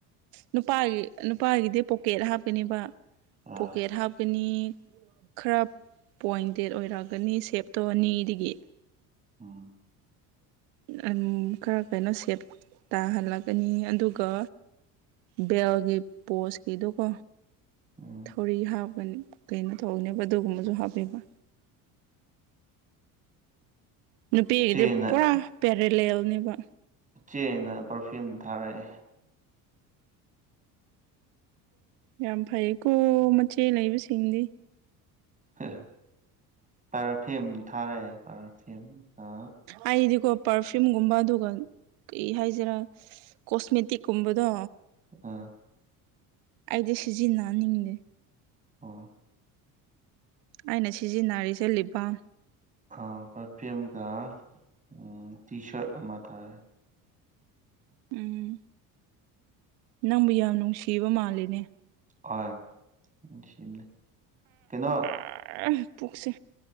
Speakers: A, on the right; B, on the right.
A: ꯅꯨꯄꯥꯒꯤ ꯅꯨꯄꯥꯒꯤꯗꯤ ꯄꯣꯀꯦꯠ ꯍꯥꯞꯀꯅꯦꯕ
B: ꯑꯥ
A: ꯄꯣꯀꯦꯠ ꯍꯥꯞꯀꯅꯤ ꯈꯔ ꯄꯣꯏꯟꯇꯦꯠ ꯑꯣꯏꯔꯛꯒꯅꯤ ꯁꯦꯞꯇꯣ ꯑꯅꯤꯗꯒꯤ
B: ꯎꯝ
A: ꯑꯟ ꯈꯔ ꯀꯩꯅꯣ ꯁꯦꯞ ꯇꯥꯍꯜꯂꯛꯀꯅꯤ ꯑꯗꯨꯒ ꯕꯦꯜꯒꯤ ꯄꯣꯁꯀꯤꯗꯣꯀꯣ
B: ꯎꯝ
A: ꯊꯧꯔꯤ ꯍꯥꯞꯀꯅꯤ ꯀꯩꯅꯣ ꯇꯧꯅꯦꯕ ꯑꯗꯨꯒꯨꯝꯕꯗꯨ ꯍꯥꯞꯄꯦꯕ ꯅꯨꯄꯤꯒꯤꯗꯤ
B: ꯏꯆꯦꯅ
A: ꯄꯨꯔꯥ ꯄꯦꯔꯦꯂꯦꯜꯅꯦꯕ
B: ꯆꯦꯅ ꯄꯔꯐ꯭ꯌꯨꯝ ꯊꯥꯔꯑꯦ
A: ꯌꯥꯝ ꯐꯩꯀꯣ ꯃꯆꯦ ꯂꯩꯕꯁꯤꯡꯗꯤ
B: <unintelligible> ꯄꯥꯔꯐꯤꯝ ꯊꯥꯔꯛꯑꯦ ꯄꯥꯔꯐꯤꯝ ꯑ
A: ꯑꯩꯗꯤꯀꯣ ꯄꯥꯔꯐ꯭ꯌꯨꯝꯒꯨꯝꯕ ꯑꯗꯨꯒ ꯀꯩ ꯍꯥꯏꯖꯤꯔ ꯀꯣꯁꯃꯦꯇꯤꯛ ꯀꯨꯝꯕꯗꯣ
B: ꯑ
A: ꯑꯩꯗꯤ ꯁꯤꯖꯤꯟꯅꯍꯟꯅꯤꯡꯗꯦ
B: ꯑꯣ
A: ꯑꯩꯅ ꯁꯤꯖꯤꯟꯅꯔꯤꯁꯦ ꯂꯤꯞ ꯕꯥꯝ
B: ꯑ ꯄꯔꯐꯤꯝꯒ ꯎꯝ ꯇꯤ ꯁꯔꯠ ꯑꯃ ꯊꯥꯔꯛꯑꯦ
A: ꯎꯝ ꯅꯪꯕꯨ ꯌꯥꯝ ꯅꯨꯡꯁꯤꯕ ꯃꯥꯜꯂꯤꯅꯦ
B: ꯍꫭꯏ ꯅꯨꯡꯁꯤꯝꯅꯦ ꯀꯩꯅꯣ
A: <unintelligible> ꯄꯨꯛꯁꯦ